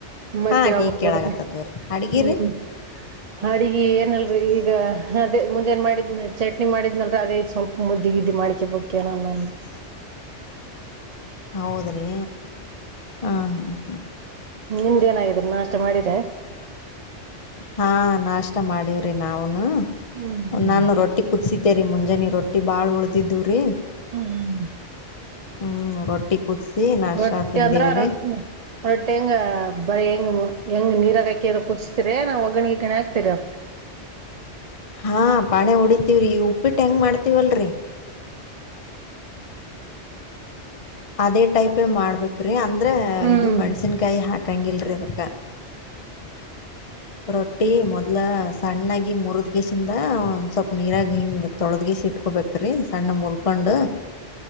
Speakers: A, on the right; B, on the left.
A: ಮತ್ತೆ
B: ಹಾ
A: ಯಕ್ಡಿ
B: ಈಗ್ ಕೇಳಾಗತ್ತದ ತೋರಿ ಅಡ್ಗಿರಿ
A: ಹ್ಮ್ ಅಡಿಗೆ ಏನಲ್ರಿ ಈಗ ಅದೇ ಮುಂಜೆನ್ ಮಾಡಿದ್ ಚಟ್ನಿ ಮಾಡಿದ್ನಲ್ ಅದೇ ಸ್ವಲ್ಪ ಮುದ್ದಗಿದ್ದು ಮಾಡಿಕೆ ಬೇನನ್ನೊಂದು <inaudible>
B: ಹೌದ್ರಿ ಹಾ ಹಾ ಹಾ
A: ನಿಮ್ದ ಏನಿದ ನಾಷ್ಟ ಮಾಡ್ರ
B: ಹಾ ನಾಷ್ಟ ಮಾಡವ್ರಿ ನಾವನು
A: ಹ್ಮ್
B: ಒ ನಾನು ರೊಟ್ಟಿ ಕುದಸಿದ ಸರಿ ಮುಂಜಾನೆ ರೊಟ್ಟಿ ಭಾಳ ಉಳ್ದಿದ್ದವು ರೀ
A: ಹ್ಮ್
B: ಹ್ಮ್ ರೊಟ್ಟಿ ಕುದಸಿ ನಾಷ್ಟಾ
A: ರೊಟ್ಟಿ
B: ತಿಂದೇವ್ರಿ
A: ಅಂದ್ರ ರೊಟ್ಟಿ ರೊಟ್ಟಿ ಹೆಂಗ ಬರಿ ಹೆಂಗ ಹೆಂಗ್ ನೀರಾಗಾಕಿ ಅದ ಕುದಸ್ತೀರಿ ನಾವು ಒಗ್ಗಣಿ ಗಣಿಕ್ತರಿ ಅದಕ್ಕೆ
B: ಹಾ ಪಾಣಿ ಹೊಡಿತೀವ್ರಿ ಉಪ್ಪಿಟ್ಟ ಹೆಂಗ್ ಮಾಡ್ತವಲ್ರರಿ ಅದೇ ಟೈಪ್ ಮಾಡ್ಬೇಕ್ರಿ ಅಂದ್ರ
A: ಹ್ಮ್
B: ಇದು ಮೆಣ್ಸಿನ್ಕಾಯಿ ಹಾಕ್ ಕಂಗಲ್ರೆದಕ್ಕ
A: <inaudible>
B: ರೊಟ್ಟಿ ಮೊದ್ಲ ಸಣ್ಣಾಗಿ ಮುರದ್ಗೆಸಿಂದ ಒಂದ ಸ್ವಲ್ಪ ನೀರಾಗ ಹಿಂಗ್ ತೊಳದ್ಗೆಸಿ ಇಟ್ಕೊಬೇಕ್ರಿ ಸಣ್ಣ ಮುಲ್ಕೊಂಡ